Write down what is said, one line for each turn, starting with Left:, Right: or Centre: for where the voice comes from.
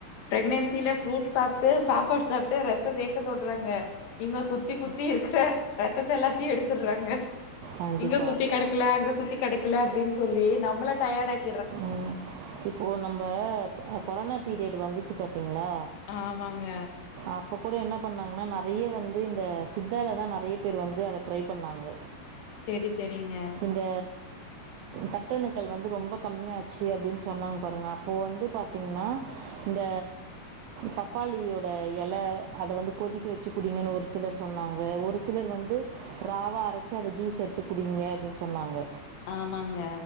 Left: ப்ரகனன்சில ஃப்ரூட் சாப்ட்டு சாப்பாடு சாப்ட்டு ரத்தோ சேக்க சொல்றாங்க இங்க குத்தி குத்தி இருக்குற ரத்தத்த எல்லாத்தையு எடுத்துர்றாங்க
Right: கண்டிப்பாக
Left: இங்க குத்தி கெடைக்கல அங்க குத்தி கெடைக்கல அப்டின் சொல்லி நம்மள டயர்ட் ஆக்
Right: ம் இப்போ நம்ம கொரோனா பீரியட் வந்துச்சு பாத்தீங்ளா
Left: ஆமாங்க
Right: அப்ப கூட என்ன பண்ணாங்கன்னா நெறைய வந்து இந்த சித்தால தா நெறைய பேர் வந்து அத ட்ரை பண்ணாங்க
Left: சேரி செரிங்க
Right: இந்த தட்டணுக்கள் வந்து ரொம்ப கம்மியாச்சு அப்டின் சொன்னாங்க பாருங்க அப்போ வந்து பாத்தீங்னா இந்த பப்பாளியோட இல அத வந்து கொதிக்க வச்சு குடிங்கன்னு ஒரு சிலர் சொன்னாங்க ஒரு சிலர் வந்து ராவா அரச்சு அத ஜூஸ் எடுத்து குடிங்க அப்டின் சொன்னாங்க
Left: ஆமாங்க